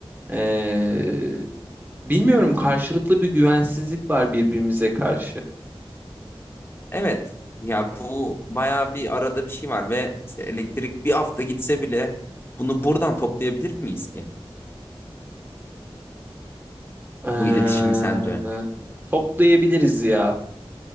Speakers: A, on the right; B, on the left.
A: Ee, bilmiyorum karşılıklı bir güvensizlik var birbirimize karşı.
B: Evet. Ya bu bayağı bir arada bir şey var ve işte elektrik bir hafta gitse bile bunu buradan toplayabilir miyiz ki?
A: Ee,
B: Bu iletişimi sence?
A: toplayabiliriz ya,